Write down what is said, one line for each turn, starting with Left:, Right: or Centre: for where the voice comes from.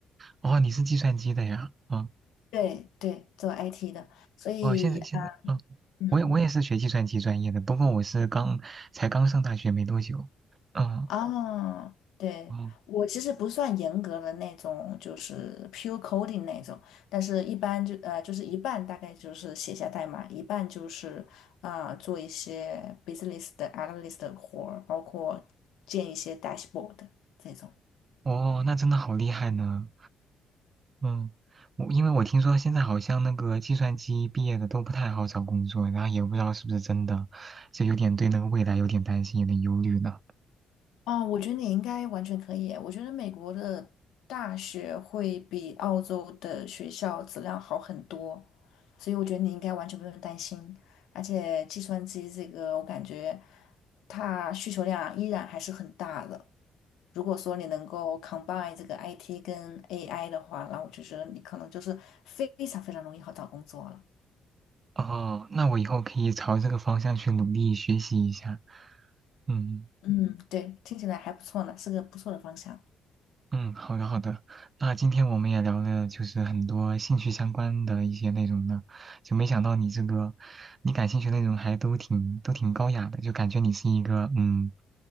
Right: 哦，你是计算机的呀？哦
Left: 对对，做 IT 的。所以啊，
Right: 哦，现在现在，
Left: 呃
Right: 嗯，
Left: 嗯，
Right: 我也我也是学计算机专业的，不过我是刚才刚上大学没多久，嗯，
Left: 啊，对，
Right: 哦
Left: 我其实不算严格的那种，就是 pure coding 那种，但是一般就呃就是一半大概就是写下代码，一半就是啊、呃做一些 business 的 analyst 的活儿，包括建一些 dashboard 这种。
Right: 哦，那真的好厉害呢，嗯，我因为我听说现在好像那个计算机毕业的都不太好找工作，然后也不知道是不是真的，就有点对那个未来有点担心，有点忧虑呢。
Left: 哦，我觉得你应该完全可以。我觉得美国的大学会比澳洲的学校质量好很多，所以我觉得你应该完全不用担心。而且计算机这个，我感觉它需求量依然还是很大的。如果说你能够 combine 这个 IT 跟 AI 的话，那我就觉得你可能就是非常非常容易好找工作了。
Right: 哦，那我以后可以朝这个方向去努力学习一下，嗯。
Left: 嗯，对，听起来还不错呢，是个不错的方向。
Right: 嗯，好的好的，那今天我们也聊了就是很多兴趣相关的一些内容呢，就没想到你这个你感兴趣的内容还都挺都挺高雅的，就感觉你是一个嗯，